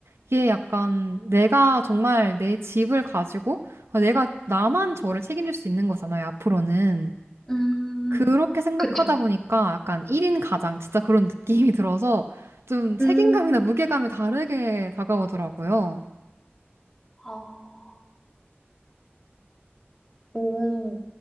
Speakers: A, on the right; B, in the centre.
A: 이게 약간 내가 정말 내 집을 가지고 어, 내가 나만 저를 책임질 수 있는 거잖아요, 앞으로는.
B: 음.
A: 그렇게 생각하다
B: 그쵸.
A: 보니까 약간 1인 가장 진짜 그런 느낌이 들어서 좀 책임감이나
B: 음.
A: 무게감이 다르게 다가오더라고요.
B: 아. 오.